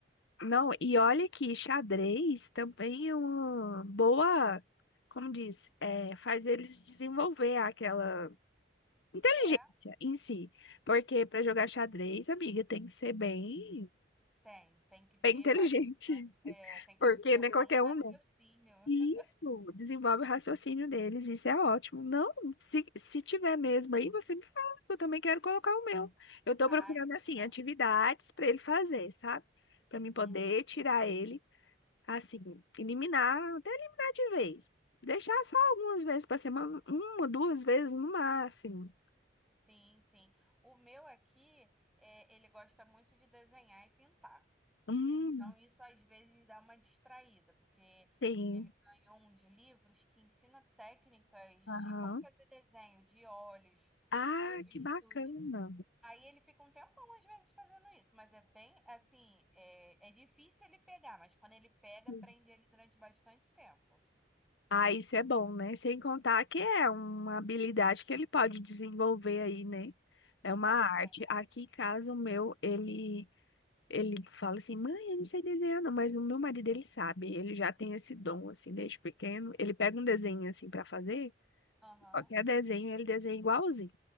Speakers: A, on the left (about 75°); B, in the centre.
A: Não, e olha que xadrez também é uma boa, como diz, é, faz eles desenvolver aquela Inteligência
B: é
A: em si. Porque para jogar xadrez, amiga, tem que ser bem,
B: Tem, tem que ter
A: bem inteligente.
B: bastante, é,
A: <laughs>
B: tem
A: Porque
B: que ter
A: não
B: um
A: é
B: bom
A: qualquer um,
B: raciocínio.
A: não. Isso,
B: <laughs>
A: desenvolve o raciocínio deles, isso é ótimo. Não, se, se tiver mesmo aí, você me fala, que eu também quero colocar o meu. Eu tô
B: Ai,
A: procurando, assim,
B: tá.
A: atividades para ele fazer, sabe? Para mim
B: Uhum.
A: poder tirar ele, assim, eliminar, até eliminar de vez. Deixar só algumas vezes para semana, uma, duas vezes no máximo.
B: Sim, sim. O meu aqui, é, ele gosta muito de desenhar e pintar.
A: Hum,
B: Então, isso às vezes dá uma distraída, porque
A: sim.
B: ele ganhou uns livros que ensina técnicas de
A: Aham.
B: como fazer desenho de olhos,
A: Ah,
B: rostos,
A: que bacana.
B: Aí ele fica um tempão às vezes fazendo isso, mas é bem assim, é, é difícil ele pegar, mas quando ele pega,
A: Uhum.
B: prende ele durante bastante tempo.
A: Ah, isso é bom, né? Sem contar que é uma habilidade que ele pode desenvolver aí, né? É uma
B: Pois
A: arte.
B: é.
A: Aqui em casa, o meu, ele, ele fala assim, mãe, eu não sei desenhar, não, mas o meu marido, ele sabe, ele já tem esse dom, assim, desde pequeno. Ele pega um desenho, assim, para fazer,
B: Aham.
A: qualquer desenho, ele desenha igualzinho.